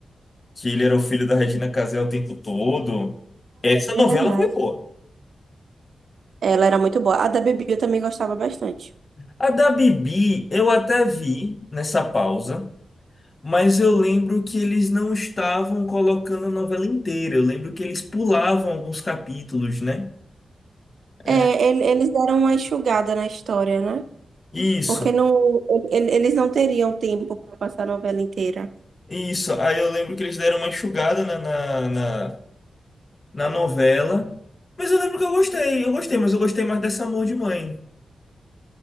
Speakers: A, on the left; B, on the right.
A: que ele era o filho da Regina Casé o tempo todo. Essa novela
B: É verdade.
A: foi boa.
B: Ela era muito boa. A da Bibi eu também gostava bastante.
A: A da Bibi, eu até vi nessa pausa. Mas eu lembro que eles não estavam colocando a novela inteira. Eu lembro que eles pulavam alguns capítulos, né? É,
B: É, ele- eles deram uma enxugada na história, né?
A: Isso,
B: Porque não, ele- eles não teriam tempo para passar a novela inteira.
A: isso. Aí eu lembro que eles deram uma enxugada na, na, na, na novela. Mas eu lembro que eu gostei, eu gostei, mas eu gostei mais dessa Amor de Mãe.